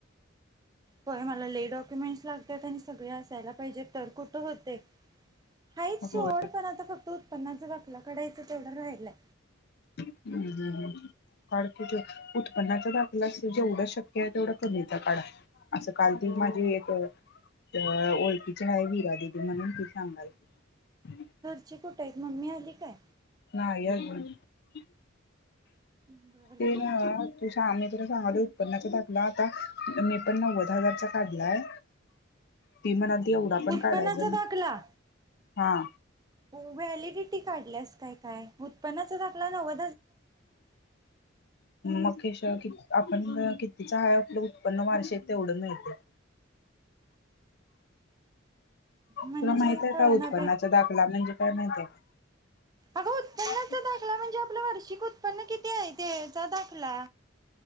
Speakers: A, on the right (about 20°); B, on the left (about 55°).
A: हो मला लाय डक्युमेंटस लागत <inaudible> सगळे असायला पाहिजे तर कुठं होते हायच सोड
B: होय
A: पण आता फक्त उत्पन्नाचं आपल्याकडे एकच तेवढा राहिलाय
B: हम्म काढ की तो उत्पन्नाच दाखला जेवढ शक्य आहे तेवढा कमीचा काढा असं काल ती माझी एक ओळखीची आहे विरा दिदी म्हणुन ती सांगालती
A: आजी कुठ आहेत मम्मी आली काय
B: <unintelligible>
A: बर
B: ते
A: बर
B: नव्ह ते शहाणे तुला सांगायलोय उत्पन्नाचा दाखला आता मी पण नव्वद हजारचा काढलाय ती म्हणालती एवढा पण
A: उत्पन्नाचा
B: काढायचा
A: दाखला,
B: ना हा
A: ओ व्हॅलिडी ती काढल्यास काय काय, उत्पनाचा दाखला नव्ह
B: मकेश क की आपण कितीचं हाय आपलं उत्पन्न वार्षिक तेवढं मिळतंय
A: म्हणजे
B: तुला माहित आहे
A: कळना
B: का उत्पन्नाच्या दाखला म्हणजे? काय माहितीय का
A: अग उत्पन्नाचा
B: हा
A: दाखला म्हणजे आपलं वार्षिक उत्पन्न किती आहे ते चा दाखला